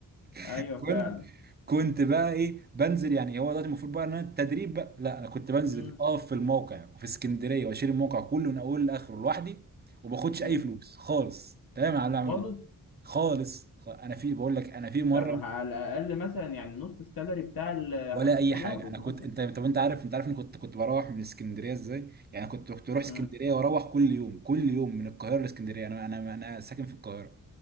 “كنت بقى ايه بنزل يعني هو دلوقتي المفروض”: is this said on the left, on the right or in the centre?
Right